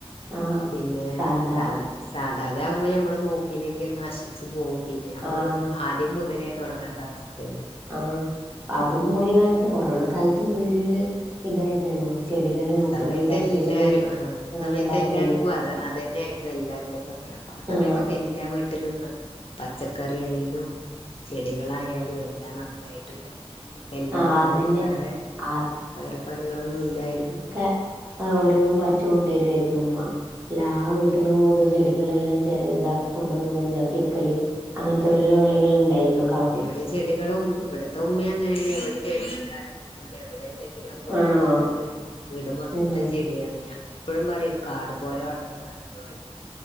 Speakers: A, on the right; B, on the left.
A: ആഹ്
B: പിന്നെ
A: സാധാ
B: സ സാധാദ്യകുമ്പോ ഞമ്മള് നോക്കി ക്കില്ലെങ്കി അത് നശിച്ചു പോവും പിന്നെ. അമ്മള്
A: ആഹ്
B: ആദ്യം മുതലേ തുടങ്ങണ്ട അവസ്ഥേണ്
A: ആഹ്‌, അതും ഒരു കാലത്ത് കൊറോണ കാലത്ത് ഫുള്ള് ഇതായിരുന്നല്ലോ ചെടികള്
B: അ
A: നോക്കല്
B: സമയത്തെല്ലാരും
A: ചട്ടികള്
B: ആഹ്‌ അസമയത്ത്
A: ആഹ് ഇണ്ടാക്കല്
B: എല്ലാർക്കും അത് അതന്നേ- വല്ലാരുടെയും പണി, അപ്പാ സമയത്തൊക്കെ
A: ആഹ്
B: എല്ലാ വീട്ടിലും ന പച്ചക്കറി ആയി ലും ചെടികളായാലും എല്ലാ നന്നായിട്ട്ണ്ടായി അന്ന് കെല്ലാരും
A: ആഹ് അതന്നെ
B: അതിനു വേറെ
A: ആ
B: വേറെ പണികളൊന്നും ഇല്ലായിരുന്നു
A: ക്കെ ഓരോന്ന് പർച്ച് കൊണ്ടുവരേര്ന്നു ഉമ്മ എല്ലാ വീട്ട്ന്നും മൂന്ന് ചെ ടികളെല്ലാം ഉണ്ടാക്കിക്കൊണ്ടൊന്ന് മൊഞ്ചാക്കെക്കല് അങ്ങൻത്തോരോരോ കളികള്ണ്ടായിരുന്നു
B: ഇവിടെ ചെടികളും, ഇവിടുത്തെ ഉമ്മയും അങ്ങനെന്നെ, എവിടെ ചെടിക കണ്ടാലും വിടൂല എവിടെണ്ടെ ലു അപ്പൊ കൊണ്ടുവന്നിട്ട്
A: ആണോ
B: വീട് മൊത്തം
A: ഉം
B: ചെടിയാണ് ഞാ പ്പളും പറിംത് കാട് പോലെ വളർന്നാണ്ന്ന് പറിം